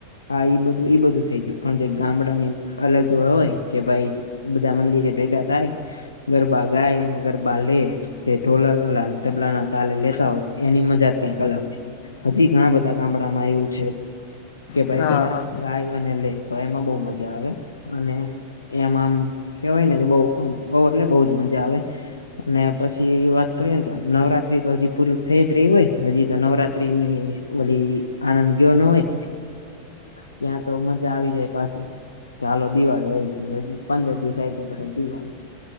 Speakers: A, on the left; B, on the left.
A: હા ઈ બધું ઈ બધું થઈ ગયું પણ જે ગામડા ની અલગ હોય કે ભાઈ. બધા મંદિરે ભેગા થાય ગરબાગાય અને ગરબા લે જે ઢોલ તબલા ના તાલે લેતા હોય એની મજા જ કઈક અલગ છે. હજી ઘણા બધા ગામડામાં એવું છે. કે ભાઈ
B: એમ હા
A: બધા
B: હા
A: ગાય અને લે તો એમાં બહ મજા આવે અને એમ આમ કેવાય ને તો બઉ બઉ એટલે બઉ જ મજા આવે અને પછી વાત કરીએને તો નવરા તો હજી પૂરીું થઈ જ રહી હોય હજી તો, નવરાત્રીની આનંદીયો ન હોય. ત્યાં તો મજા આવી જાય પાછી કે ચાલો દિવાળી આવી હ પંદર દિવસ આ છે. દિવાળું